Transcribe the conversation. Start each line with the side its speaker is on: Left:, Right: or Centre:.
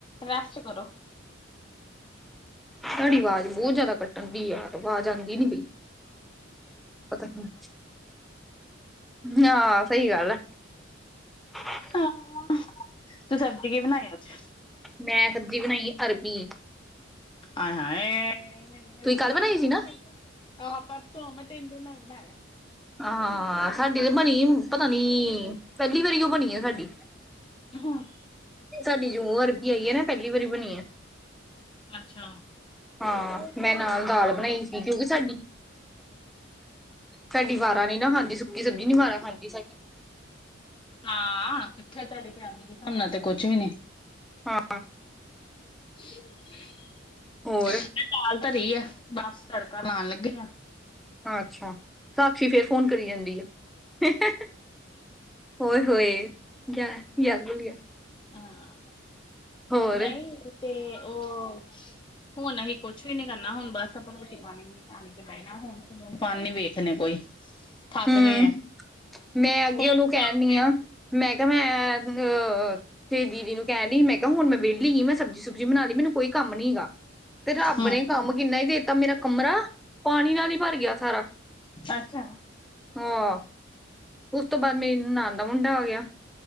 Left: ਰੈਸਟ ਕਰੋ।
Centre: ਤੁਹਾਡੀ ਆਵਾਜ਼ ਬਹੁਤ ਜਿਆਦਾ ਕੱਟਣ ਡਹੀ, ਆਵਾਜ਼ ਆਉਂਦੀ ਨੀ ਪਈ। ਪਤਾ ਨੀ, ਹਾਂ ਸਹੀ ਗੱਲ ਆ। ਹਾਂ <unintelligible>
Left: <unintelligible> ਤੂੰ ਸਬਜ਼ੀ ਕੀ ਬਣਾਈ ਅੱਜ।
Centre: ਮੈਂ ਸਬਜ਼ੀ ਬਣਾਈ ਅਰਬੀ।
Left: ਆ ਹਾਂਨ <unintelligible>
Centre: ਤੁਸੀਂ ਕੱਲ ਬਣਾਈ ਸੀ ਨਾ
Left: ਆਹੋ ਪਰਸੋਂ ਮੈਂ ਤਿੰਨ ਦਿਨ ਬਣਾਇ।
Centre: ਹਾਂ, ਸਾਡੀ ਤੇ ਬਣੀ ਪਤਾ ਨੀ, ਪਹਿਲੀ ਵਾਰੀ ਉਹ ਬਣੀ ਆ ਸਾਡੀ।
Left: ਹਾਂ।
Centre: ਸਾਡੇ ਜੋ ਅਰਬੀ ਆਈ ਨਾ ਪਹਿਲੀ ਵਾਰੀ ਬਣੀ ਆ।
Left: ਅੱਛਾ
Centre: ਹਾਂ ਮੈਂ ਨਾਲ ਦਾਲ ਬਣਾਈ ਸੀ ਕਿਉਂਕਿ ਸਾਡੀ ਸਾਡੀ ਵਾਰਾ ਨੀ ਨਾ ਖਾਂਦੀ ਸੁੱਕੀ ਸਬਜ਼ੀ ਨੀ ਵਾਰਾ ਖਾਂਦੀ ਸਾਡੀ।
Left: ਹਾਂ, ਕਿੱਥੇ ਤੁਹਾਡੀ ਫੈ ਹਿਸਾਬ ਨਾਲ ਤੇ ਕੁਛ ਵੀ ਨੀ।
Centre: ਹਾਂ।
Left: <unintelligible>
Centre: ਹੋਰ
Left: ਦਾਲ ਧਰੀ ਆ ਬਸ ਤੜਕਾ ਲਾਉਣ ਲੱਗੇ ਆ।
Centre: ਅੱਛਾ, ਸਾਕਸ਼ੀ ਫਿਰ ਫੋਨ ਕਰੀ ਜਾਂਦੀ ਆ। <unintelligible> ਉਏ, ਉਏ ਯ ਯ ਬੋਲ ਗਿਆ।
Left: ਹਾਂ,
Centre: ਹੋਰ
Left: ਨਹੀਂ ਤੇ ਉਹ ਹੁਣ ਅਸੀਂ ਕੁਛ ਵੀ ਨੀ ਕਰਨਾ ਹੁਣ ਬਸ ਆਪਾਂ ਰੋਟੀ - ਪਾਣੀ ਤੇ ਬੈਣਾ ਹੁਣ ਫੋਨ ਫਾਨ ਨੀ ਵੇਖਣੇ ਕੋਈ, ਥੱਕ
Centre: ਹੂੰ।
Left: ਗਏ ਆ।
Centre: ਮੈਂ ਅੱਗੇ
Left: ਫੋਨ
Centre: ਉਹਨੂੰ
Left: ਤੋਂ
Centre: ਕਹਿਣ
Left: ਅੱਕ
Centre: ਦਈ
Left: ਗਏ
Centre: ਆ ਮੈਂ ਕਿਹਾ ਮੈਂ ਅ ਤੇਰੀ ਦੀਦੀ ਨੂੰ ਕਹਿਣ ਡਈ ਸੀ ਮੈਂ ਕਿਹਾ ਹੁਣ ਮੈਂ ਵਿਹਲੀ ਸੀ ਮੈਂ ਸਬਜ਼ੀ ਸੁਬ- ਸਬਜ਼ੀ ਬਣਾ ਲਈ ਮੈਨੂੰ ਕੋਈ ਕੰਮ ਨੀ ਹੈਗਾ ਤੇ ਰੱਬ
Left: ਹੂੰ
Centre: ਨੇ ਕੰਮ ਕਿੰਨਾ ਹੀ ਦੇਤਾ ਮੇਰਾ ਕਮਰਾ ਪਾਣੀ ਨਾਲ ਹੀ ਭਰ ਗਿਆ ਸਾਰਾ।
Left: ਅੱਛਾ।
Centre: ਹਾਂ, ਉਸ ਤੋਂ ਬਾਅਦ ਮੇਰੀ ਨਨਾਣ ਦਾ ਮੁੰਡਾ ਆਗਿਆ।